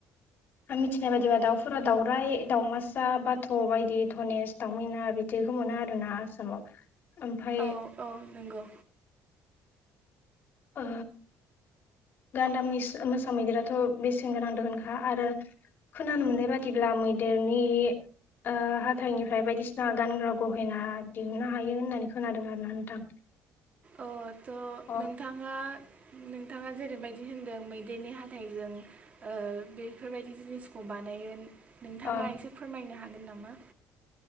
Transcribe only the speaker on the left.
आं मिथिनाय बायदिबा दाउफोरा दाउराय दावमासा बाथ' बायदि धनेस दाव मैना बिदिखौ मोनो। आरो ना आसामाव। ओमफ्राय
ओ गान्दा मै मोसा मैदेराथ' बेसेन गोनां दोहोनखा आरो खोनानो मोननाय बादिब्ला मैदेरनि ओ हाथाइनिफ्राय बायदिसिना गानग्रा गहेना दिहुननो हायो होननानै खोनादों आरोना नोंथां।
अ
<inaudible>
अ